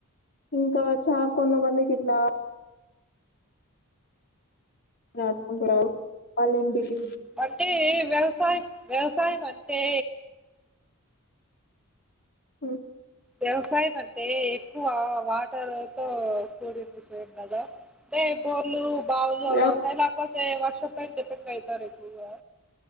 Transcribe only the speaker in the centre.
అంటే వ్యవసాయం వ్యవసాయం అంటే
వ్యవసాయం అంటే ఎక్కువ వాటర్ తో కూడిన విషయం కదా అంటే బోర్లు బవులు
అలా అే వర్షం పై డిపెండ్ అవుతారు ఎక్కువగా